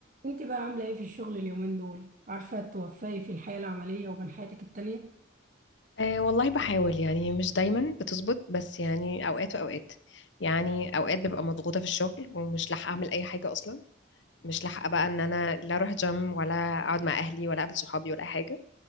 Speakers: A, on the right; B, on the left.
A: انت بقى عاملة ايه في الشغل اليومين دول؟ عارفة توفقي في الحياة العملية وبين حياتك التانية؟
B: أه والله بحاول يعني مش دايما بتظبط بس يعني اوقات واوقات يعني اوقات ببقى مضغوطه في الشغل ومش لاحقه اعمل اي حاجه اصلا مش لاحقه بقى ان انا لا اروح جيم ولا اقعد مع اهلي ولا اقابل صحابي ولا أي حاجه